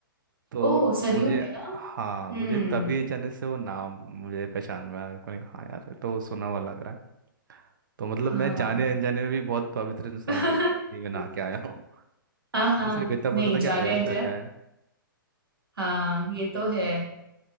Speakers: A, on the right; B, on the right.
A: तो
B: ओ सरयू
A: मुझे
B: में ना
A: हाँ
B: हम्म
A: मुझे तभी अचानक से वो नाम मुझे पहचान में आया मैंने कहा हाँ यार ये तो सुना हुआ लग रहा है तो मतलब
B: हाँ
A: मैं जाने अनजाने में भी बहुत पवित्र समुद्र
B: <laughs>
A: नदी में नहा के आया हूँ
B: हाँ हाँ
A: मुझे सिर्फ इतना
B: नहीं
A: पता था
B: जाने
A: कि अयोध्या
B: जा
A: का है
B: हाँ ये तो है